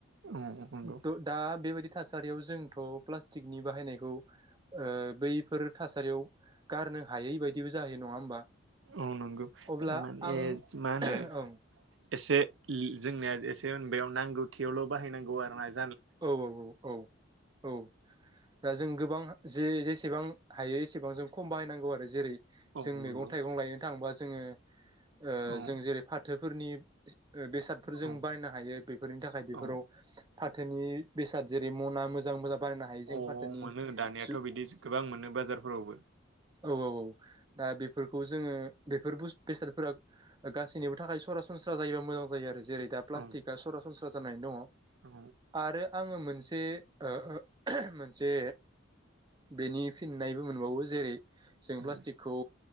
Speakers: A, on the right; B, on the right.
A: औ नंगौ
B: द दा बेबायदि थासारियाव जोंथ' फ्लासथिगनि बाहायनायखौ ओ बैफोर थासा थारियाव गारनो हायै बायदिबो जाहैयो नङा होमबा।
A: औ नंगौ
B: अब्ला
A: थारमाने
B: आं
A: मा होनो
B: ओं
A: एसे दि जोंनिया एसे होन बेयाव नांगौ थियावल' बाहायनांगौ आरो ना।
B: औ औ औ औ औ दा जों गोबां जे जेसेबां हायो एसेबां जों खम बाहायनांगौ आरो जेरै
A: औ
B: जों
A: नंगौ
B: मैगं थाइगं लायनो थांबा जोङो ओ
A: औ
B: जों जेरै फाथोफोरनि बेसादफोरजों
A: औ
B: बायनो हायो बेफोरनि थाखाय बेफोराव
A: औ
B: फा नि बेसाद जेरै मना मोजां मोजां बारनो हायो जों
A: औ
B: फाथोनि
A: मोनो दानियाथ'
B: जु
A: बिदि गोबां मोनो बाजारफोरावबो
B: औ औ औ दा बेफोरखौ जोङो बेफोर बेसादफोरा गासैनिबो थाखाय सरासनस्रा जायोबा मोजां जायो आरो जेरै दा प्लास्टिकआ
A: औ
B: सरासनस्रा जानानै दङ
A: औ
B: आरो आङो मोनसे मोनसेओ मोनसे बेनि फिननायबो मोनबावो जेरै जों प्लास्टिकखौ
A: औ